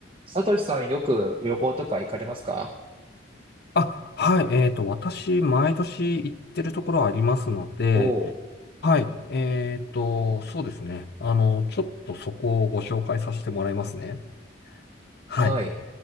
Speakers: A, on the right (about 30°); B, on the left (about 55°).
A: サトシさんよく旅行とか行かれますか
B: あ、はい。えっと、私、毎年行ってるところありますので、
A: おー、
B: はい。えっと、そうですね。あの、ちょっとそこをご紹介させてもらいますね。はい。
A: はい。